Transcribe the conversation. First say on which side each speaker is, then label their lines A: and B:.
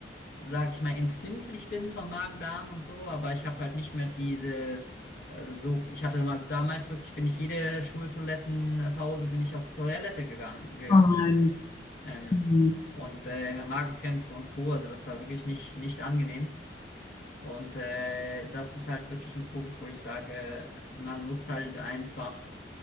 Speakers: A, on the left; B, on the left.
A: sag ich mal, empfindlich bin vom Magen-Darm und so, aber ich habe halt nicht mehr dieses, äh, so, ich hatte mal damals wirklich, bin ich jede Schultoilettenpause, bin ich auf Toilette gegangen, gegangen.
B: oh nein.
A: Ähm,
B: Hm.
A: und äh, Magenkrämpfe und Co., also das war wirklich nicht, nicht angenehm. Und äh, das ist halt wirklich ein Punkt, wo ich sage, man muss halt einfach,